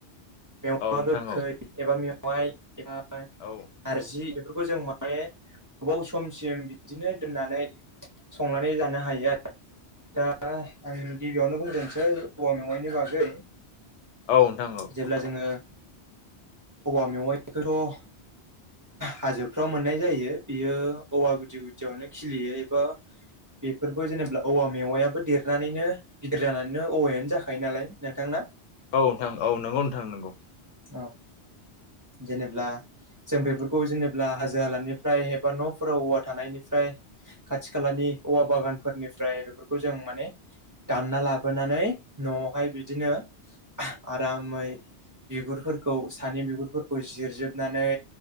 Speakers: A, on the right; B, on the left.
A: मेवा
B: औ नोंथां
A: गोखै
B: औ
A: एबा मेवाइ एबा नारजि
B: औ
A: बेफोरखौ जों माने गोबाव समसिम बिदिनो दोननानै संनानै जानो हायो आरो। दा आं गिबियावनो बुंजेनसै औवा मेवाइनि बागै
B: औ नोंथां औ
A: जेब्ला जोङो औवा मेवाइखौथ' हाजोफ्राव मोननाय जायो बियो औवा गुदि गुदियावनो खिलियो एबा बेफोरबो जेनेब्ला औवा मेवायाबो देरनानैनो गिदिर जानानैनो औवायानो जाखायो नालाय नोंथां ना।
B: औ नोंथां औ नंगौ नोंथां नोंगौ।
A: औ जेनेब्ला जों बेफोरखौ जेनेबा हाजो हालानिफ्राय एबा न'फोराव औवा थानायनिफ्राय खाथि खालानि औवा बागान फोरनिफ्राय बेफोरखौ जों माने दानना लाबोनानै न'वावहाय बिदिनो आरामै बिगुरफोरखौ सानि बिगुर फोरखौ जिरजोबनानै